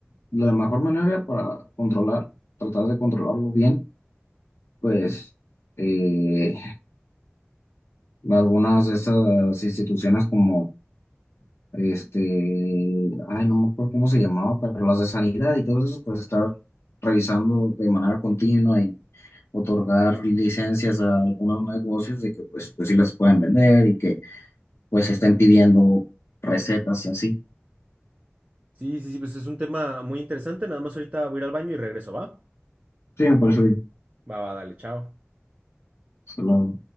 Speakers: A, on the left; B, on the right.
A: la mejor manera para controlar, tratar de controlarlo bien, pues eh, algunas de esas instituciones como este, ay, no me acuerdo cómo se llamaba, pero las de sanidad y todo eso, pues estar revisando de manera continua y otorgar licencias a algunos negocios de que pues, pues sí las pueden vender y que pues estén pidiendo recetas y así.
B: Sí, sí, sí, pues es un tema muy interesante. Nada más ahorita voy a ir al baño y regreso, ¿va?
A: Sí, me parece bien.
B: Va, va, dale, chao.
A: Hasta luego.